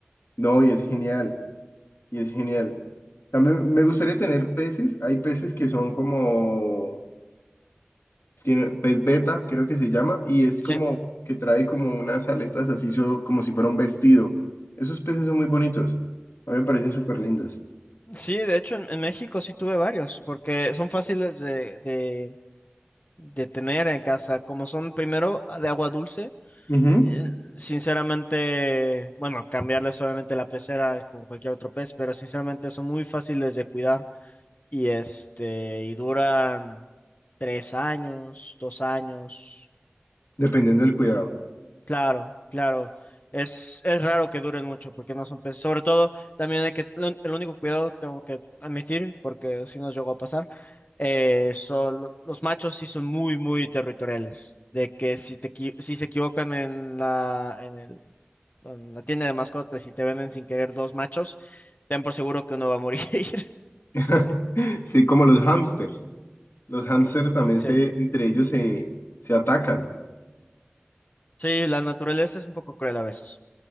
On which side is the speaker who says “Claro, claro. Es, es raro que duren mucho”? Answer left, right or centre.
Left